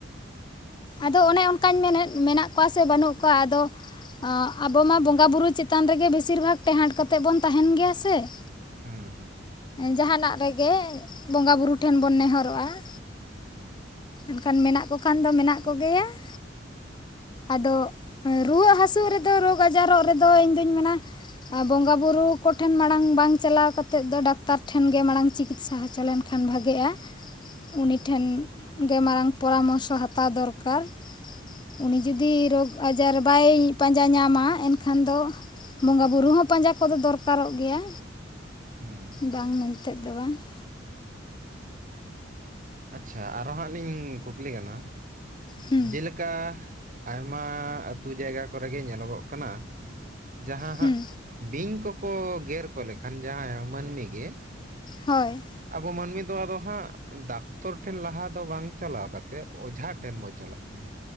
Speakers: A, on the left (about 25°); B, on the right (about 45°).
A: ᱟᱫᱚ ᱚᱱᱮ ᱚᱱᱠᱟᱧ ᱢᱮᱱᱮᱫ ᱢᱮᱱᱟᱜ ᱠᱚᱣᱟ ᱥᱮ ᱵᱟᱹᱱᱩᱜ ᱠᱚᱣᱟ ᱟᱫᱚ ᱟ ᱟᱵᱚ ᱢᱟ ᱵᱚᱸᱜᱟ ᱵᱩᱨᱩ ᱪᱮᱛᱟᱱ ᱨᱮᱜᱮ ᱵᱮᱥᱤᱨ ᱵᱷᱟᱜᱽ ᱴᱮᱦᱟᱸᱴ ᱠᱟᱛᱮᱜ ᱵᱚᱱ ᱛᱟᱦᱮᱱ ᱜᱮᱭᱟ ᱥᱮ ᱾
B: ᱦᱮᱸ ᱦᱮᱸ ᱾
A: ᱡᱟᱦᱟᱸᱱᱟᱜ ᱨᱮᱜᱮ ᱵᱚᱸᱜᱟ ᱵᱩᱨᱩ ᱴᱷᱮᱱ ᱵᱚᱱ ᱱᱮᱦᱚᱨᱚᱜᱼᱟ ᱾
B: ᱦᱮᱸ ᱾
A: ᱮᱱᱠᱷᱟᱱ ᱢᱮᱱᱟᱜ ᱠᱚ ᱠᱷᱟᱱ ᱫᱚ ᱢᱮᱱᱟᱜ ᱠᱚᱜᱮᱭᱟ ᱾ ᱟᱫᱚ ᱨᱩᱣᱟᱹᱜ ᱦᱟᱹᱥᱩᱜ ᱨᱮᱫᱚ ᱨᱳᱜᱽ ᱟᱡᱟᱨᱚᱜ ᱨᱮᱫᱚ ᱤᱧᱫᱩᱧ ᱢᱮᱱᱟ ᱟ ᱵᱚᱸᱜᱟ ᱵᱩᱨᱩ ᱠᱚᱴᱷᱮᱱ ᱢᱟᱲᱟᱝ ᱵᱟᱝ ᱪᱟᱞᱟᱣ ᱠᱟᱛᱮᱫ ᱫᱚ ᱰᱟᱠᱛᱟᱨ ᱴᱷᱮᱱ ᱜᱮ ᱢᱟᱲᱟᱝ ᱪᱤᱠᱤᱛᱥᱟ ᱦᱚᱪᱚ ᱞᱮᱱ ᱠᱷᱟᱱ ᱵᱷᱟᱜᱮᱜᱼᱟ ᱩᱱᱤ ᱴᱷᱮᱱ ᱜᱮ ᱢᱟᱨᱟᱝ ᱯᱚᱨᱟᱢᱚᱨᱥᱚ ᱦᱟᱛᱟᱣ ᱫᱚᱨᱠᱟᱨ ᱾ ᱩᱱᱤ ᱡᱩᱫᱤ ᱨᱳᱜᱽ ᱟᱡᱟᱨ ᱵᱟᱭ ᱯᱟᱸᱡᱟ ᱧᱟᱢᱟ ᱮᱱᱠᱷᱟᱱ ᱫᱚ ᱵᱚᱸᱜᱟ ᱵᱩᱨᱩ ᱦᱚᱸ ᱯᱟᱸᱡᱟ ᱠᱚᱫᱚ ᱫᱚᱨᱠᱟᱨᱚᱜ ᱜᱮᱭᱟ
B: ᱦᱩᱸ ᱦᱩᱸ
A: ᱵᱟᱝ ᱢᱮᱱᱛᱮᱫ ᱫᱚ ᱵᱟᱝ ᱾
B: ᱟᱪᱪᱷᱟ ᱟᱨᱦᱚᱸ ᱦᱟᱸᱜ ᱞᱤᱧ ᱠᱩᱠᱞᱤ ᱠᱟᱱᱟ?
A: ᱦᱩᱸ
B: ᱡᱮᱞᱮᱠᱟ ᱟᱭᱢᱟ ᱟᱹᱛᱩ ᱡᱟᱭᱜᱟ ᱠᱚᱨᱮᱜᱮ ᱧᱮᱞᱚᱜᱚᱜ ᱠᱟᱱᱟ ᱾ ᱡᱟᱦᱟᱸ ᱦᱟᱸᱜ
A: ᱦᱩᱸ
B: ᱵᱤᱧ ᱠᱚᱠᱚ ᱜᱮᱨ ᱠᱚ ᱞᱮᱠᱷᱟᱱ ᱡᱟᱦᱟᱸᱭ ᱢᱟᱹᱱᱢᱤ ᱜᱮ ᱾
A: ᱦᱳᱭ ᱾
B: ᱟᱵᱚ ᱢᱟᱹᱱᱢᱤ ᱫᱚ ᱟᱫᱚ ᱦᱟᱸᱜ ᱰᱟᱠᱛᱚᱨ ᱴᱷᱮᱱ ᱞᱟᱦᱟ ᱫᱚ ᱵᱟᱝ ᱪᱟᱞᱟᱣ ᱠᱟᱛᱮᱫ ᱚᱡᱷᱟ ᱴᱷᱮᱱ ᱵᱚ ᱪᱟᱞᱟᱜ ᱠᱟᱱᱟ